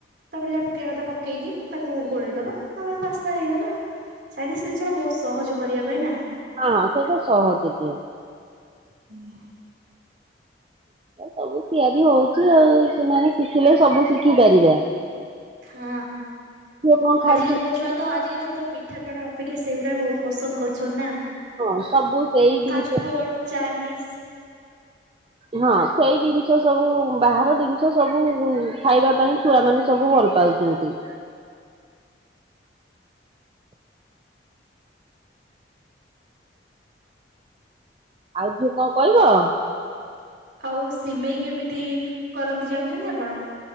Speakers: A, on the right (about 65°); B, on the right (about 30°).
A: ତାପରେ ଯାହା ପକେଇବା କଥା ପକେଇକି ତାକୁ ଗୋଳେଇ ଦବା ତାପରେ ପାସ୍ତା ହେଇଗଲା ଆଉ। ଚାଇନିଜ ଜିନିଷ ଗୁ ରା ବହୁତ୍ ସହଜ କରିବା ପାଇଁ ନା?
B: ହଁ ହଁ ସେଇଟା ସହଜ ଝଅ।
A: ହୁଁ।
B: ସବୁ ତିଆରି ହଉଚି ଆଉ ସେମାନେ ଶିଖିଲେ ସବୁ ଶିଖି ପାରିବା।
A: ହଁ
B: ଝିଅ କଣ ଖାଇଚି
A: ଆଜିି କାଲିିକା ଛୁଆ। ତ ଆଜିକାଲି ଛୁଆ ତ ପିଠାପଣା ଅପେକ୍ଷା ସେଗୁରା ବହୁତ୍ ପସନ୍ଦ କରିଛନ୍ତି ନା।
B: ହଁ ସବୁ ସେଇ ଜିନିଷ
A: ଫାଷ୍ଟ ଫୁଡ଼ ଚାଇନିଜ୍।
B: ହଁ ସେଇ ଜିନିଷ ସବୁ ବାହାର ଜିନିଷ ସବୁ ଖାଇବା ପାଇଁ ଛୁଆ ମାନେ ସବୁ ଭଲ ପାଉ ହଁନ୍ତି। ଆଉ କିଏ କଣ କହିବ?
A: ଆଉ ସିମେଇ କେମିତି କରନ୍ତି ଜାଣିଛନ୍ତି ଆପଣ?